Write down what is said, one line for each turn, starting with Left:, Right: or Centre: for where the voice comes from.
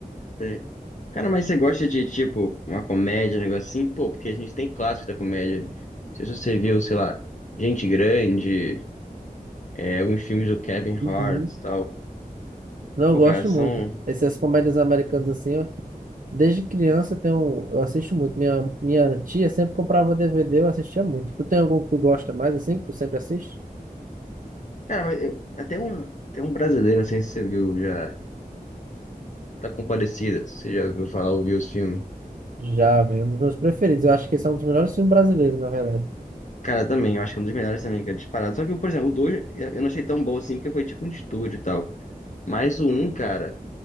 Left: Sei. Cara, mas você gosta de, tipo, uma comédia, um negócio assim? Pô, porque a gente tem clássico da comédia. Não sei se você viu, sei lá, Gente Grande, é, alguns filmes do Kevin Hart
Right: Uhum.
Left: e tal.
Right: Não
Left: Pô,
Right: eu gosto
Left: cara, são...
Right: muito. Essas comédias americanas assim, Desde criança eu tenho, eu assisto muito. Minha, minha tia sempre comprava DVD, eu assistia muito. Tu tem algum que tu gosta mais, assim, que tu sempre assiste?
Left: Cara, mas eu- até um, até um brasileiro, não sei se você viu já, Tá Compadecida, se você já ouviu falar, ouviu os filmes.
Right: Já, velho, um dos meus preferidos. Eu acho que esse é um dos melhores filmes brasileiros, na verdade.
Left: Cara, também, eu acho que é um dos melhores também, cara, disparado. Só que, por exemplo, o 2 eu eu não achei tão bom assim, porque foi tipo um estúdio e tal. Mas o um, cara,